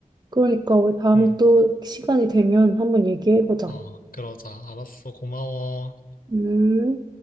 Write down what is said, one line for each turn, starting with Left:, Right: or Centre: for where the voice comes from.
Right: 그러니까 우리 다음에
Left: 응,
Right: 또 시간이 되면 한번 얘기해보자.
Left: 어, 그러자. 알았어. 고마워.
Right: 음.